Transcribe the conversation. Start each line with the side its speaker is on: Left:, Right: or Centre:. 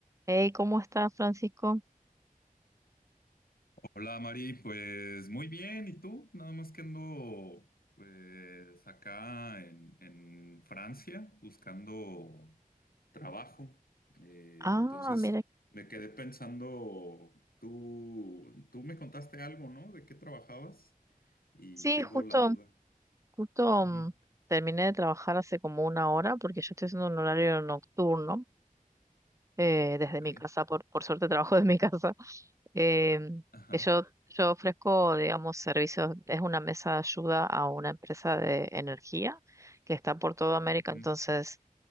Right: Hey, ¿cómo estás, Francisco?
Left: Hola Mari, pues muy bien, ¿y tú? Nada más que ando pues acá en, en Francia buscando trabajo. Eh,
Right: Ah,
Left: entonces
Right: mira.
Left: me quedé pensando, tú, tú me contaste algo, ¿no? ¿De qué trabajabas? Y
Right: Sí,
Left: tengo
Right: justo,
Left: la duda.
Right: justo
Left: Ujú,
Right: mm, terminé de trabajar hace como una hora porque yo estoy haciendo un horario nocturno. eh, desde
Left: Ok.
Right: mi casa, por, por suerte trabajo <laughs> desde mi casa. Eh,
Left: Ajá.
Right: que yo, yo ofrezco, digamos, servicios, es una mesa de ayuda a una empresa de energía que está por toda América,
Left: ujú,
Right: entonces